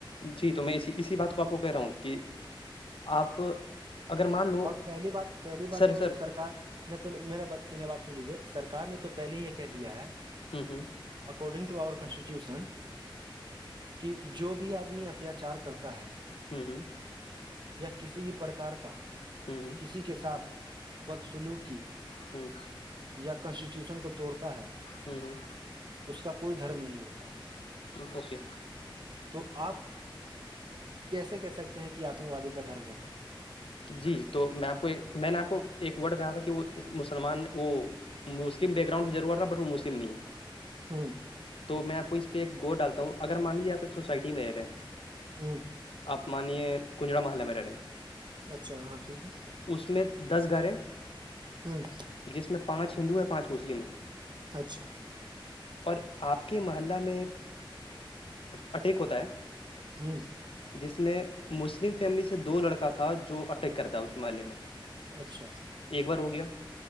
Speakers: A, on the left; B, on the right.
A: جی تو میں اسی اسی بات کو آپ کو کہہ رہا ہوں کہ آپ اگر مان لو
B: اور پہلی بات پہلی
A: سر
B: بات تو
A: سر
B: سرکار نہیں پہلے میرے بات مے بات سن لیجیے سرار نے تو پہلے ہی یہ کہہ دیا ہے
A: ہوں ہوں
B: اکارڈنگ ٹو آور کانسٹیٹیوشن کہ جو بھی آدمی اتیاچار کرتا ہے
A: ہوں ہوں
B: یا کسی بھی پرکار کا
A: اوکے
B: کسی کے ساتھ بدسلوک کی
A: ہوں
B: یا کانسٹیٹیوشن کو توڑتا ہے
A: ہوں ہوں
B: اس کا کوئی دھرم نہیں ہوتا
A: اوکے
B: تو آپ کیسے کہہ سکتے ہیں کہ آتنکوادی کا دھرم ہوگا
A: جی تو میں آپ کو ایک میں نے آپ کو ایک ورڈ کہا تھا کہ وہ مسلمان وہ مسلم بیک گرانڈ ضرورت ہے بٹ وہ مسلم نہیں ہے
B: ہاں
A: تو میں آپ کو اس پہ ایک گو ڈالتا ہوں اگر مان لیجے آپ ایک سوسائٹی میں رہ ہیں
B: ہوں
A: آپ مانیے کنجڑا محللہ میں رہے ہیں
B: اچھا ہاں ٹھیک ہے
A: اس میں دس گاریں
B: ہوں
A: جس میں پانچ ہندو ہے پانچ مسلم ہیں
B: اچھا
A: اور آپ کے محلہ میں ایک اٹیک ہوتا ہے
B: ہوں
A: جس میں مسلم فیملی سے دو لڑکا تھا جو اٹیک کرتا اس محلے میں
B: اچھا
A: ایک بار ہو گیا